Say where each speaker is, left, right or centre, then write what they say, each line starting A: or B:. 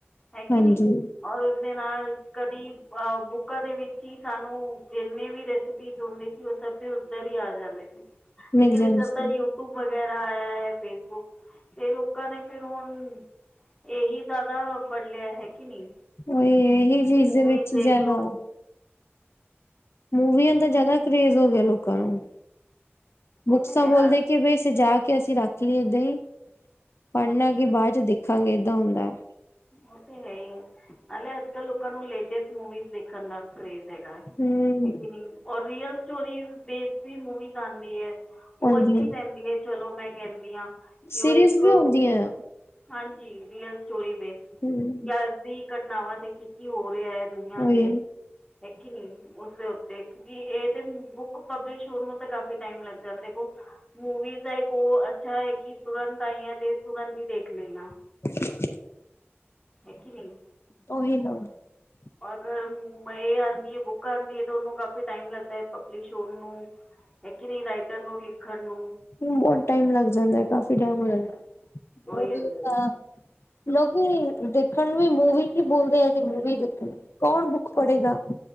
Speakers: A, on the left (about 15°); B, on the left (about 65°).
A: ਹੈ ਕੇ
B: ਹਾਂਜੀ
A: ਨੀਂ। ਔਰ ਉਸਦੇ ਨਾਲ ਕਦੀ ਅ ਬੁੱਕਾਂ ਦੇ ਵਿੱਚ ਹੀ ਸਾਨੂੰ ਜਿੰਨੇ ਵੀ ਰਿ ਫਕੀ ਸੁਣਦੇ ਸੀ ਉਹ ਸਭ ਵੀ ਉੱਧਰ ਹੀ ਆ ਜਾਂਦੇ ਸੀ।
B: ਮਿਲ
A: ਲੇਕਿਨ
B: ਜਾਂਦੇ
A: ਇਨ੍ਹਾਂ ਸਭ
B: ਸੀ
A: ਦਾ ਯ ਯੂਟੀਊਬ ਵਗੈਰਾ ਆਇਆ ਹੈ, ਫੇਸਬੁਕ ਤੇ ਲੋਕਾਂ ਨੇ ਫਿਰ ਹੁਣ ਇਹੀ ਜ਼ਿਆਦਾ ਫੜ੍ਹ ਲਿਆ ਹੈ ਕਿ ਨਹੀਂ।
B: ਉਹੀ ਐ ਇਹੀ ਚੀਜ਼
A: ਮੂਵੀਜ਼
B: ਦੇ ਵਿੱਚ
A: ਦੇਖ
B: ਜਿਆਦਾ
A: ਲਓ
B: ਮੂਵੀਆਂ ਦਾ ਜ਼ਿਆਦਾ ਕਰੇਜ ਹੋ ਗਿਆ ਲੋਕਾਂ ਨੂੰ,
A: ਉਹ
B: ਬੁੱਕਸਾਂ
A: ਤਾਂ ਹੈ
B: ਬੋਲਦੇ ਕਿ ਬਈ ਸਜਾ ਕੇ ਅਸੀਂ ਰੱਖ ਲਈਏ ਏਦਾਂ ਹੀ, ਪੜ੍ਹਨਾ ਕਿ ਬਾਅਦ ਚ ਦੇਖਾਂਗੇ ਏਦਾਂ ਹੁੰਦਾ।
A: ਉਹ ਤੇ ਹੇ ਹੀ, ਨਾਲੇ ਅੱਜ ਕੱਲ ਲੋਕਾਂ ਨੂੰ ਲੇਟੈਸਟ ਮੂਵੀਜ਼ਸ ਦੇਖਣ ਦਾ ਕਰੇਜ਼ ਹੈਗਾ ਹੈ।
B: ਹਮ
A: ਇੱਕ ਮਿੰਟ ਔਰ ਰੀਅਲ ਸਟੋਰੀਜ਼ ਬੇਸ਼ਡ ਵੀ ਮੂਵੀਜ਼ ਆਂਦੀ ਏ। ਉਹ
B: ਆਉਂਦੀਆਂ
A: ਅੱਛੀ ਰਹਿੰਦੀ ਹੈ ਚਲੋ ਮੈਂ ਕਹਿੰਦੀ ਹਾਂ, ਕਿ
B: ਸੀਰੀਜ਼
A: ਉਹ ਇੱਕ
B: ਵੀ ਆਉਂਦੀਆਂ
A: ਹਾਂਜੀ ਰੀਅਲ ਸਟੋਰੀ ਬੇਸਡ
B: ਹਮ
A: ਯਾ ਆਜ ਦੀ ਘਟਨਾਵਾਂ ਤੇ ਕੀ-ਕੀ ਹੋ ਰਿਹਾ ਐ। ਦੁਨੀਆਂ
B: ਉਹੀ
A: ਤੇ ਦੇਖੀ ਨੀ ਉਸਦੇ ਉਤੇ ਜੀ ਏ ਤੇ ਬੁੱਕ ਪਬਲਿਸ਼ ਹੋਨ ਨੂੰ ਤਾਂ ਕਾਫੀ ਟਾਈਮ ਲੱਗ ਜਾਂਦੈ ਦੇਖੋ ਮੂਵੀ ਦਾ ਏਕ ਓ ਅੱਛਾ ਹੈ ਕਿ ਤੁਰੰਤ ਆਈਆਂ ਤੇ ਤੁਰੰਤ ਹੀ ਦੇਖ ਲਈਆਂ।
B: <inaudible>
A: ਦੇਖੀ ਨਈ
B: ਉਹੀ <inaudible>
A: ਅਗਰ ਮ ਏ ਆਂਦੀ ਏ, ਬੁੱਕ ਆਂਦੀ ਏ ਤੇ ਓਨੂੰ ਕਾਫੀ ਟਾਈਮ ਲੱਗਦਾ ਐ ਪਬਲਿਸ਼ ਹੋਨ ਨੂੰ। ਹੈ ਕੀ ਨਈ ਰਾਈਟਰ ਨੂੰ ਲਿਖਣ ਨੂੰ।
B: ਹੂੰ ਬੋਤ ਟਾਈਮ ਲੱਗ ਜਾਂਦਾ ਕਾਫੀ ਟਾਈਮ ਹੋ <unintelligible>
A: ਉਹੀ ਹੋਇਆ।
B: ਲੋਕ ਦੇਖਣ ਨੂੰ ਵੀ ਮੂਵੀ ਹੀ ਬੋਲਦੇ ਆ ਕਿ ਮੂਵੀ ਦੇਖਣ ਕੌਣ ਬੁੱਕ ਪੜੇਗਾ,